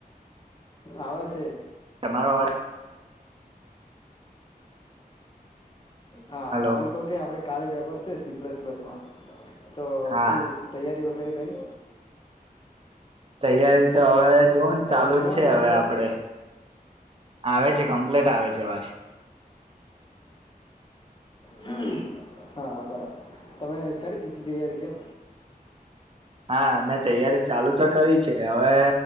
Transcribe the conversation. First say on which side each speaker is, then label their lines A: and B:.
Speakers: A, on the left; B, on the right.
A: આવે છે.
B: તમારો અવાજ
A: હા હા,
B: હલો
A: એમ કવ કે આપડે કાલે પેપર છે સી પ્લસ પ્લસમાં. તો
B: હા
A: શું તૈયારી વગેરે કરી?
B: તૈયારી તો હવે જુઓ ને ચાલુ
A: અવાજ નહીં
B: જ છે
A: આવતો
B: હવે
A: પ્રોપર
B: આપડે. આવે છે કમ્પ્લેટ આવે છે અવાજ.
A: હા હા, બરાબર તમે કરી દીધી તૈયારી કેમ
B: હા, મેં તૈયારી ચાલુ તો કરી છે હવે